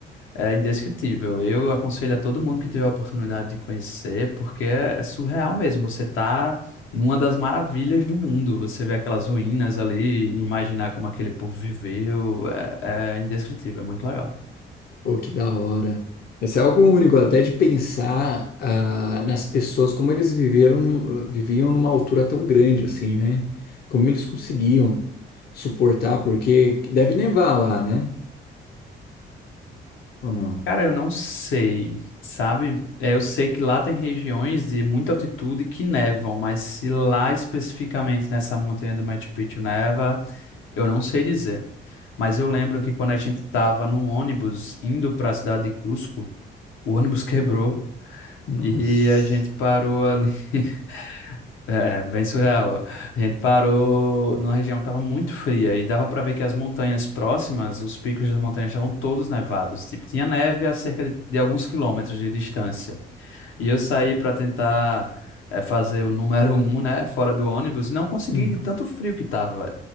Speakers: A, on the left; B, on the left.
A: é indescritível. Eu aconselho a todo mundo que tiver a oportunidade de conhecer, porque é, é surreal mesmo. Você tá numa das maravilhas do mundo. Você vê aquelas ruínas ali, imaginar como aquele povo viveu, é, é indescritível, é muito legal.
B: Pô, que da hora. Mas é algo único, até de pensar ah, nas pessoas, como eles viveram, no- viviam numa altura tão grande assim, né? Como eles conseguiam suportar, porque deve nevar lá, né? Ou não?
A: Cara, eu não sei, sabe? É, eu sei que lá tem regiões de muita altitude que nevam, mas se lá especificamente nessa montanha do Machu Picchu neva, eu não sei dizer. Mas eu lembro que quando a gente estava no ônibus indo para a cidade de Cusco, o ônibus quebrou
B: Nossa.
A: e a gente parou ali <laughs> É, bem surreal. A gente parou numa região que estava muito fria e dava para ver que as montanhas próximas, os picos das montanhas estavam todos nevados. Tipo, tinha neve a cerca de, de alguns quilômetros de distância. E eu saí para tentar eh, fazer o número <laughs> um, né, fora do ônibus e não consegui
B: Hum.
A: de tanto frio que tava.